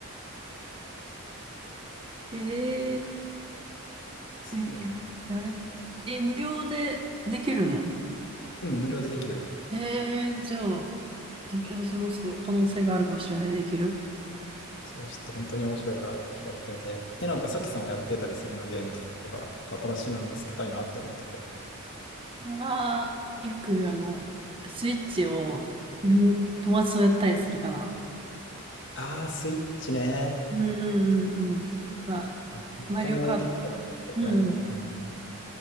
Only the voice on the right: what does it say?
へえー、
で、やれ、え、無料でできるの
へえー、じゃあ、で私もちょっと可能性があるかもしれない、できる。
ああ、よくあの、スイッチをみん、友達とやったりするかな。
うんうんうんうん。やっぱ、
マリオカートとか。うん。